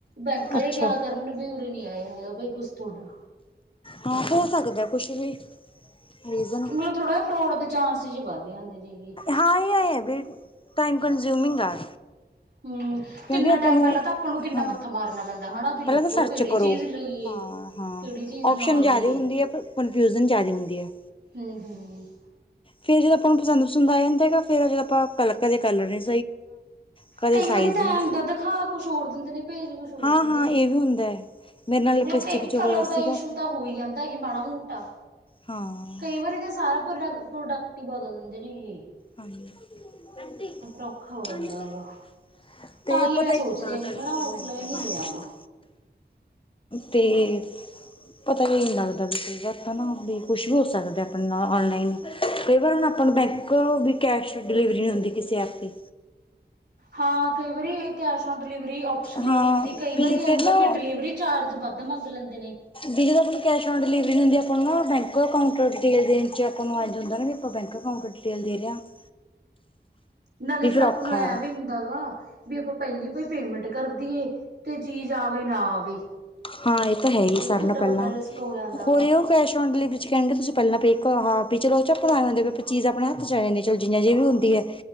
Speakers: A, on the right (about 65°); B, on the left (about 30°).
A: ਬੈਂਕ ਵਾਲੇ
B: ਅੱਛਾ।
A: ਕਿਹਾ ਕਰਨ ਵੀ ਉਰੇ ਨੀ ਆਇਆ ਹੈਗਾ ਬਾਈ ਕੁਛ ਤੁਹਾਡਾ
B: ਹਾਂ ਹੋ ਸਕਦਾ। ਕੁਛ ਵੀ ਰੀਜ਼ਨ
A: ਨਹੀਂ ਥੋੜਾ ਫਰੋਡ ਦੇ ਚਾਂਸ ਵਧ ਜਾਂਦੇ ਨੇਗੇ
B: ਹਾਂ ਇਹ ਆਏ ਆ ਬੀ ਟਾਈਮ ਕੰਨਜ਼ਿਊਮਿੰਗ ਆ।
A: ਹਮ
B: ਕਿਉਂਕਿ
A: ਕਿੰਨਾ
B: ਆਪਾਂ
A: ਟਾਈਮ
B: ਨੂੰ
A: ਪਹਿਲਾਂ ਤਾਂ ਆਪਾਂ ਨੂੰ ਕਿੰਨਾ
B: ਹਾਂ
A: ਮੱਥਾ ਮਾਰਨਾ ਪੈਂਦਾ। ਹਨਾ ਵੀ ਲੱਭੋ
B: ਪਹਿਲਾਂ ਤਾਂ ਸਰਚ
A: ਕਿਹੜੀ
B: ਕਰੋ
A: ਚੀਜ਼ ਲਈਏ
B: ਹਾਂ -ਹਾਂ
A: ਕਿਹੜੀ ਚੀਜ਼
B: ਓਪਸ਼ਨ
A: ਨਾ ਲਈਏ
B: ਜਿਆਦਾ ਹੁੰਦੀ ਆ ਪਰ ਕਨਫਿਊਜਨ ਜ਼ਿਆਦੇ ਹੁੰਦੀ ਹੈ।
A: <unintelligible>
B: ਫਿਰ ਜਦੋਂ ਆਪਾਂ ਨੂੰ ਪਸੰਦ- ਪਸੰਦ ਆ ਜਾਂਦੇਗਾ, ਫਿਰ ਜਦੋਂ ਆਪਾਂ ਕਲ ਕਦੇ ਕਲਰ ਨਹੀਂ ਕਦੇ
A: ਕਈ ਵਾਰੀ
B: ਸਾਈਜ਼
A: ਤਾਂ
B: ਨਹੀਂ
A: ਐ ਹੁੰਦਾ ਦਿਖਾ ਕੁੱਛ ਹੋਰ ਦਿੰਦੇ ਨੇ ਭੇਜ ਕੁਛ ਹੋਰ
B: ਹਾਂ
A: ਦਿੰਦੇ
B: ਹਾਂ
A: ਨੇ
B: ਇਹ ਵੀ ਹੁੰਦਾ ਹੈ ਮੇਰੇ ਨਾਲ ਲਿਪਸਟਿਕ
A: ਮਤਲਬ
B: ਚ
A: ਕਲਰ
B: ਹੋਇਆ
A: ਦਾ
B: ਸੀਗਾ
A: ਇਸ਼ੂ ਤਾਂ ਹੋਈ ਜਾਂਦਾ ਸੀ ਮਾੜਾ ਮੂਟਾ
B: ਹਾਂ।
A: ਕਈ ਵਾਰੀ ਤਾਂ ਸਾਰਾ ਪ੍ਰੋਡ ਪ੍ਰੋਡਕਟ ਹੀ ਬਦਲ ਦਿੰਦੇ ਨੇ ਇਹੇ।
B: ਹਾਂਜੀ, <unintelligible>
A: ਔਖਾ ਹੋ ਜਾਂਦਾ ਹੈਗਾ
B: ਤੇ
A: ਤਾਂ
B: ਪਤਾ
A: ਮੈਂ ਸੋਚਦੀ
B: ਹੀ ਨਹੀਂ ਲੱਗਦਾ
A: ਹਾਂ
B: ਵੀ
A: ਹਨਾ
B: ਕੀ ਹੋ
A: ਔਫਲਾਈਨ
B: ਜਾਂਦਾ
A: ਹੀ
B: ਹੈਗਾ?
A: ਲੈ ਆਵਾਂ
B: ਤੇ। ਪਤਾ ਹੀ ਨਹੀਂ ਲੱਗਦਾ ਕਈ ਵਾਰ ਤਾਂ ਨਾ ਵੀ ਕੁਛ ਹੋ ਸਕਦਾ ਆਪਣੇ ਨਾਲ ਔਨਲਾਈਨ। ਕਈ ਵਾਰ ਹੁਣ ਆਪਾਂ ਨੂੰ, ਬੈਂਕ ਵੀ ਕੈਸ਼ ਡਿਲੀਵਰੀ ਨਹੀਂ ਹੁੰਦੀ ਕਿਸੇ ਐਪ ਤੇ।
A: ਹਾਂ, ਕਈ ਵਾਰੀ ਕੈਸ਼ ਔਨ ਡਿਲੀਵਰੀ ਓ ਆਪਸ਼ਨ
B: ਹਾਂ
A: ਹੀ ਨੀ ਹੁੰਦੀ ਕਈ
B: ਵੀ
A: ਵਾਰੀ ਐ
B: ਫਿਰ
A: ਹੁੰਦਾ
B: ਨਾ
A: ਵੀ ਡਿਲੀਵਰੀ ਚਾਰਜ ਵੱਧ ਮੰਗ ਲੈਂਦੇ ਨੇ।
B: ਵੀ ਜਦੋਂ ਆਪਾਂ ਨੂੰ ਕੈਸ਼ ਔਨ ਡਿਲੀਵਰੀ ਹੁੰਦੀ ਆਪਾਂ ਨੂੰ ਨਾ ਬੈਂਕ ਅਕਾਊਂਟ ਡਿਟੇਲ ਦੇਣ ਚ ਆਪਾਂ ਨੂੰ ਐ ਹੁੰਦਾ ਨਾ ਵੀ ਪਤਾ ਅਕਾਊਂਟ ਡਿਟੇਲ ਦੇ ਰਿਹਾ <unintelligible>
A: ਨਾਲੇ ਫੇਰ ਆਪਾਂ
B: ਔਖਾ
A: ਨੂੰ ਐ
B: ਹੈ
A: ਵੀ ਗਾ ਵੀ ਆਪਾਂ ਪਹਿਲੀ ਭਈ ਪੇਮੈਂਟ ਕਰਦੀਏ ਤੇ ਚੀਜ਼ ਆਵੇ ਨਾ ਆਵੇ?
B: ਹਾਂ, ਇਹ ਤਾਂ ਹੈ ਹੀ
A: ਇਹ
B: ਸਾਰਿਆਂ
A: ਕਿੱਡਾ
B: ਨਾਲ
A: ਵੱਡਾ
B: ਪਹਿਲਾਂ
A: ਰਿਸਕ ਹੋ ਜਾਂਦਾ
B: <unintelligible>
A: ਵਾ
B: ਕੈਸ਼ ਔਨ ਡਿਲਵਰੀ ਚ ਕਹਿਣਗੇ ਤੁਸੀਂ ਪਹਿਲਾਂ ਪੇ ਕਰੋ ਹਾਂ ਵੀ ਚਲ ਉਹ ਚ ਆਪਣਾ ਆਏ ਹਦੇ ਵੀ ਚਜ਼ ਆਪਣੇ ਹੱਥ ਚ ਆ ਜਾਂਦੇ ਚੋ ਜੇ ਵੀ ਹੁੰਦੀ ਹੈ।